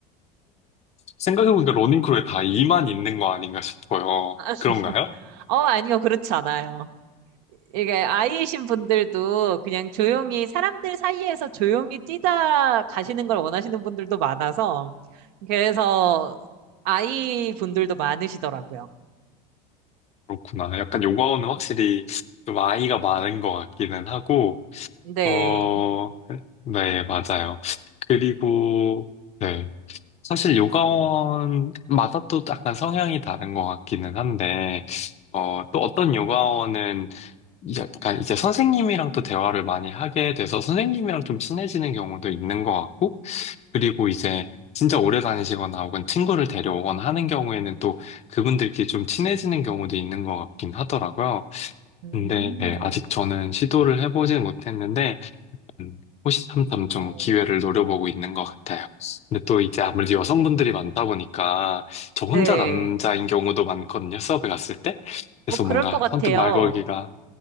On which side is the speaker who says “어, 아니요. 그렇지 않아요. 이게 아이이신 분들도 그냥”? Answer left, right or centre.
Right